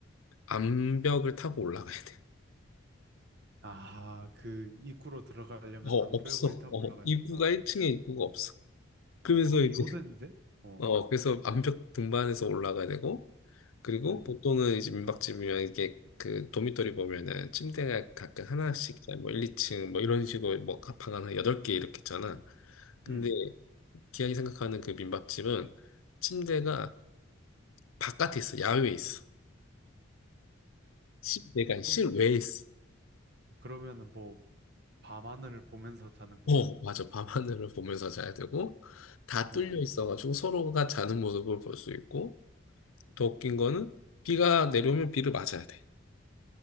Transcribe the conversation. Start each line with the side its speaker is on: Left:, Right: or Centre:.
Left: 암벽을 타고 올라가야 돼.
Right: 아, 그 입구로 들어가려면
Left: 어,
Right: 암벽을
Left: 없어.
Right: 타고
Left: 어,
Right: 올라가야
Left: 입구가
Right: 된다.
Left: 1층에 입구가 없어. 그래서
Right: 거의
Left: 이제,
Right: 요새인데? 어.
Left: 어, 그래서 암벽 등반해서 올라가야 되고, 그리고
Right: 음.
Left: 보통은 이제 민박집이면 이게 그 도미토리 보면은 침대가 각각 하나씩, 뭐 1, 2층 뭐 이런 식으로 뭐 방 하나 8개 이렇게 있잖아. 근데
Right: 음.
Left: 기왕이 생각하는 그 민박집은 침대가 바깥에 있어. 야외에 있어. 실내가
Right: 그럼
Left: 아니라 실외에 있어.
Right: 그러면은 뭐 밤하늘을 보면서 자는
Left: 어,
Right: 거야?
Left: 맞아. 밤하늘을 보면서 자야 되고, 다
Right: 어.
Left: 뚫려 있어가지고 서로가 자는 모습을 볼 수 있고, 더 웃긴 거는 비가 내려오면 비를 맞아야 돼.